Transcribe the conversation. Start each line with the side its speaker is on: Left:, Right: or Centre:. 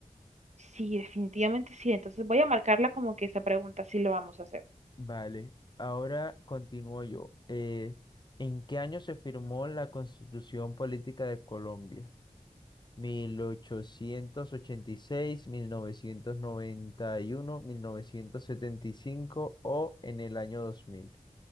Right: Sí, definitivamente sí. Entonces voy a marcarla como que esa pregunta sí lo vamos a hacer.
Left: Vale, ahora continúo yo. Eh, ¿en qué año se firmó la Constitución Política de Colombia? Mil mil mil ochocientos ochenta y y seis, novecientos novecientos noventa y uno, mil novecientos setenta y cinco o en el año 2000?